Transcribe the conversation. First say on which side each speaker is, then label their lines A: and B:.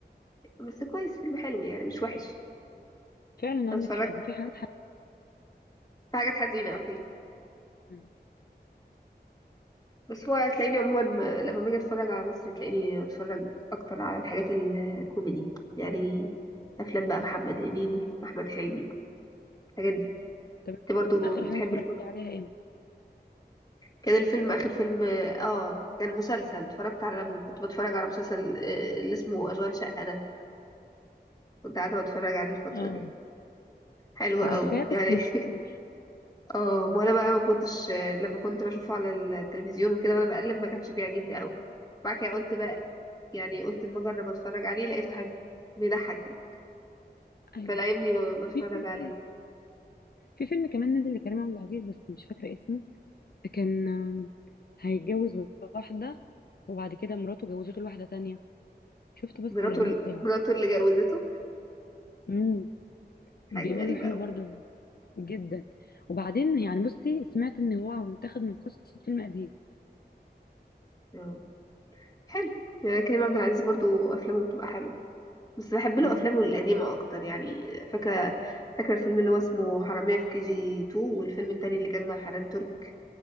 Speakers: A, on the left (about 20°); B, on the left (about 65°).
A: بس كويس فيلم حلو يعني مش وحش
B: فعلا
A: أنا
B: عندك
A: اتفرجت
B: حق هو في حاجات حق
A: في حاجات حزينة اه فيه
B: مم.
A: بس هو هتلاقيني عموما ب- لما باجي اتفرج على مصر تلاقيني اتفرج اكتر على الحاجات الكوميدي يعني افلام بقى محمد هنيدي احمد حلمي الحاجات دي
B: طب
A: انت برضو
B: اخر
A: بتحب
B: حاجه اتفرجتي
A: الكوميدي
B: عليها امتى
A: كان الفيلم اخر فيلم اه كان مسلسل اتفرجت على لما كنت بتفرج على مسلسل آه، اللي اسمه اشغال شقة ده كنت قاعدة بتفرج عليه الفترة
B: اه
A: دي حلو
B: عارفاه
A: قوي يعني
B: بس ما
A: <laughs>
B: شفتوش
A: اه ما انا بقى ما كنتش لما كنت بشوفه على التلفزيون وكده وانا بقلب ما كانش بيعجبني قوي بعد كده قلت بقى يعني قلت اما اجرب اتفرج عليه لقيته حلو بيضحك يعني
B: ايوه
A: فالايام دي ب- بتفرج
B: في فيلم
A: عليه
B: في فيلم كمان نزل لكريم عبد العزيز بس مش فاكره اسمه كان آه، هيتجوز واحده وبعد كده مراته جوزته لواحده تانية شفت بس
A: مراته
B: الاعلان
A: ال-
B: بتاعه
A: مراته اللي جوزته
B: امم
A: <laughs> حاجه
B: بيقولوا
A: غريبه
B: حلو
A: قوي
B: برضه جدا وبعدين يعني بصي سمعت ان هو متاخد من قصه فيلم قديم
A: اه حلو يعني كريم عبد العزيز برضو افلامه بتبقى حلوه بس بحب له
B: اه
A: افلامه القديمه اكتر يعني فاكره فاكره الفيلم اللي هو اسمه حراميه في كي جي 2 والفيلم التاني اللي كان مع حنان ترك